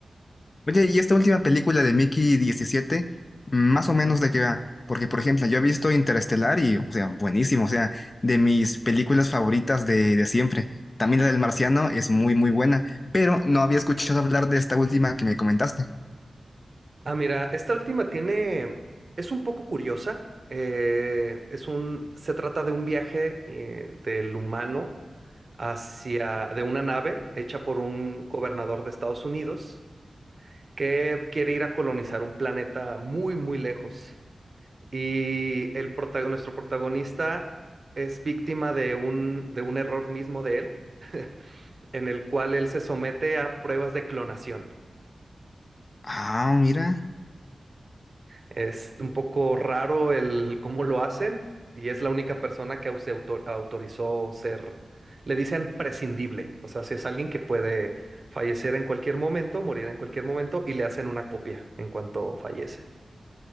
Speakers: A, on the left; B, on the right.
A: Oye, y esta última película de Mickey diecisiete más o menos de qué va. Porque, por ejemplo, yo he visto Interestelar y, o sea, buenísimo, o sea, de mis películas favoritas de, de siempre. También la del Marciano es muy, muy buena, pero no había escuchado hablar de esta última que me comentaste.
B: Ah, mira, esta última tiene, es un poco curiosa. eh, es un, se trata de un viaje eh, del humano hacia, de una nave hecha por un gobernador de Estados Unidos que quiere ir a colonizar un planeta muy, muy lejos. Y el protago- nuestro protagonista es víctima de un, de un error mismo de él, <laughs> en el cual él se somete a pruebas de clonación.
A: Ah, mira.
B: Es un poco raro el cómo lo hacen y es la única persona que se auto- autorizó ser, le dicen prescindible, o sea, si es alguien que puede fallecer en cualquier momento, morir en cualquier momento y le hacen una copia en cuanto fallece.